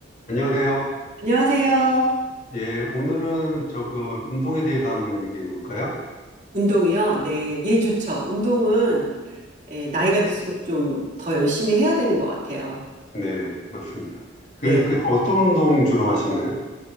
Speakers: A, on the left; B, on the right.
A: 안녕하세요.
B: 안녕하세요.
A: 예, 오늘은 저거 운동에 대해서 한번 얘기해 볼까요?
B: 운동이요? 네, 예, 좋죠. 운동은 예, 나이가 들수록 좀 더 열심히 해야 되는 것 같아요.
A: 네, 맞습니다. 그,
B: 네.
A: 그 어떤 운동 주로 하시나요?